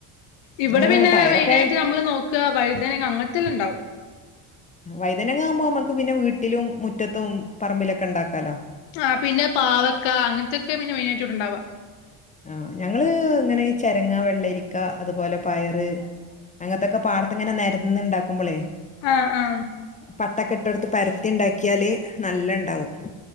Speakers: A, on the left; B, on the left.
A: ഇവിടെ
B: ഏഹ്
A: പിന്നെ
B: പയറൊക്കെ
A: മെയിനായിട്ട് നമ്മള് നോക്ക വഴുതന അങ്ങനത്തെല്ലാം ഉണ്ടാവും.
B: വഴുതനങ്ങ ആകുമ്പം നമക്ക് പിന്നെ വീട്ടിലും മുറ്റത്തും പറമ്പിലൊക്കെ ഇണ്ടാക്കാലൊ.
A: ആ പിന്നെ പാവക്ക അങ്ങൻത്തൊക്കെ പിന്നെ മെയിനായിട്ട് ഇണ്ടാവ.
B: ആഹ്. ഞങ്ങള് ഇങ്ങനെ ഈ ചെരങ്ങ, വെള്ളരിക്ക അതുപോലെ പയറ്! അങ്ങൻത്തൊക്കെ പാടത്ത് ഇങ്ങനെ നെരന്ന് ഇണ്ടാക്കുമ്പളെ.
A: ആഹ്. ആഹ്.
B: പട്ടൊക്കെ ഇട്ടുകൊടുത്ത് പരത്തി ഇണ്ടാക്ക്യാല് നല്ല ഇണ്ടാവും.